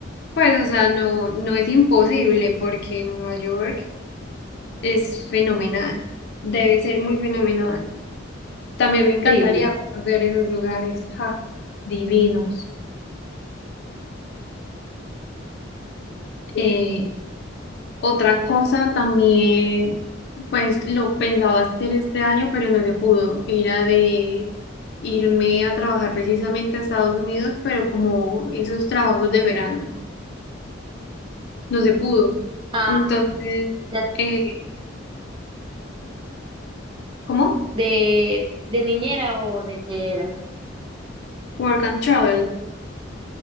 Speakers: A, on the left; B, on the right.
A: pues, o sea, no, no es imposible porque Nueva York es fenomenal, debe ser muy fenomenal. También me encantaría
B: Sí.
A: conocer esos lugares, ja, divinos. Eh, otra cosa también, pues, lo pensaba hacer este año, pero no se pudo, era de irme a trabajar precisamente a Estados Unidos, pero como esos trabajos de verano. no se pudo.
B: Ah,
A: Entonces,
B: ya.
A: eh, ¿cómo?
B: De, de niñera o de qué era.
A: Work and travel.